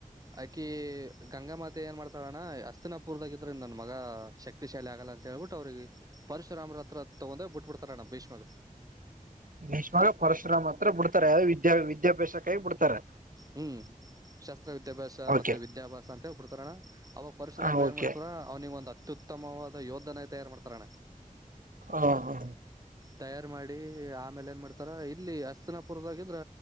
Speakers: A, on the right; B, on the right.
A: ಆಕಿ ಗಂಗಾಮಾತೆ ಏನ್ ಮಾಡ್ತಾರಣ ಅಸ್ತಿನಪುರ್ದಾಗ ಇದ್ರ ನನ್ ಮಗ ಶಕ್ತಿ ದ ಶೈಲ ಆಗಲ್ಲ ಅಂತ ಹೇಳಟ್ಟ ಅವ್ರಿಗೆ ಪಶರಾಮರ ಹತ್ರ ತಗೊಂಡೋಗ್ ಬಿಟ್ಬಡ್ರಣಮ್ಮ ಭೀಷ್ಮಾಗ
B: ಭೇಷ್ಮಾಗ ಪರಶುರಾಮ ಹತ್ರ ಬಿಡ್ತಾರೆ ಯಾವ ವಿದ್ಯಾ ವಿದ್ಯಾಭ್ಯಾಸಕಾಗಿ ಬಿಡ್ತಾರೆ
A: ಹ್ಮ್ ಶಾಸ್ತ್ರ ವಿದ್ಯಾಭ್ಯಾಸ
B: ಓಕೆ
A: ಮತ್ತೆ ವಿದ್ಯಾಭ್ಯಾಸ ಅಂತ ಹೇಳ್ಬಿಡ್ತಾರ ಅಣ್ಣ ಅವಾಗ ಪರಿಸರ
B: ಹ
A: ಅಂಬ್ರ
B: ಓಕೆ
A: ಏನ್ ಮಾಡ್ತಾರ ಅವ್ನಿಗೆ ಒಂದು ಅತ್ಯುತ್ತಮವಾದ ಯೋಧನ ತಯಾರು ಮಾಡ್ತಾರ ಅಣ್ಣ
B: ಹಾ ಹಾ
A: ತಯಾರ್ ಮಾಡಿ ಆಮೇಲೆ ಏನ್ ಮಾಡ್ತಾರ ಇಲ್ಲಿ ಅಸ್ತಿನಪುರದಾಗಿದ್ರ